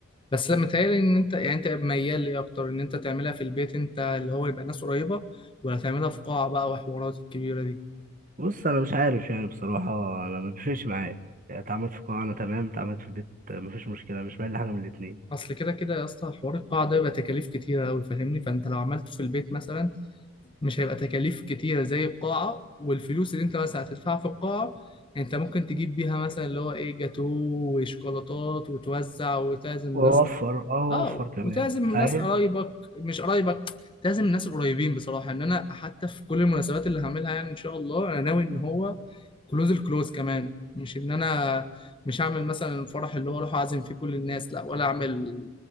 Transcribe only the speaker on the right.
بص انا مش عارف يعني بصراحه انا ما بيفرقش معايا يعني اتعاملت في القاعه انا تمام اتعاملت في البيت آه، مفيش مشكله مش مايل لحاجه من الاتنين
واوفر اه واوفر
كمان
فاهم